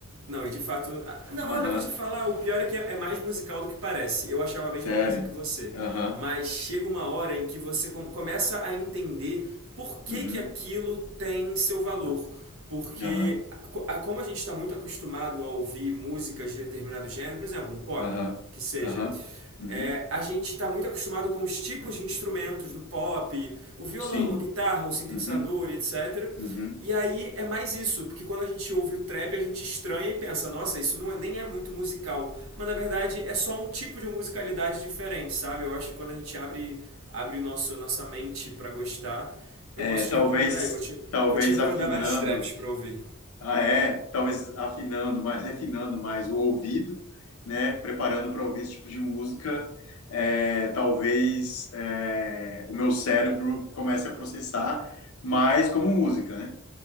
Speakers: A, on the right (about 70°); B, on the left (about 80°).
A: Não, e de fato. ah, Não,
B: Aham,
A: olha, eu vou te falar, o pior é que é é mais musical do que parece. Eu achava a mesma
B: sério.
A: coisa que você.
B: Aham,
A: Mas chega uma hora em que você com- começa a entender por que,
B: uhum,
A: que aquilo tem seu valor. Porque,
B: aham,
A: co- a- como a gente está muito acostumado a ouvir músicas de determinado gênero, por exemplo, um pop,
B: aham,
A: que seja.
B: aham, uhum,
A: É, a gente está muito acostumado com os tipos de instrumentos do pop, o violão,
B: sim,
A: a guitarra, o sintetizador,
B: uhum,
A: e etc.
B: uhum.
A: E aí é mais isso, porque quando a gente ouve o trap, a gente estranha e pensa, nossa, isso não é, nem é muito musical. Mas na verdade é só um tipo de musicalidade diferente, sabe? Eu acho que quando a gente abre, abre nosso, nossa mente pra gostar, eu
B: É,
A: posso
B: talvez,
A: te recomendar aí. Vou te,
B: talvez
A: vou te recomendar
B: afinando,
A: vários traps pra ouvir.
B: ah, é, talvez afinando mais, refinando mais o ouvido, né, preparando para ouvir esse tipo de música, é, talvez é, o meu cérebro comece a processar mais como música, né?